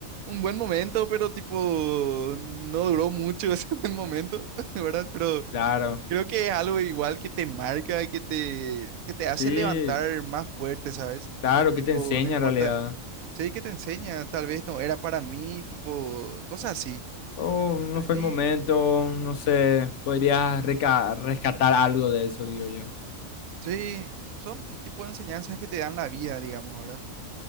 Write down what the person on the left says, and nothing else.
claro.
Sí,
claro, ¿qué
te enseña
en realidad?
Oh, no
fue
el momento, no sé. Podrías reca- rescatar algo de eso, digo yo.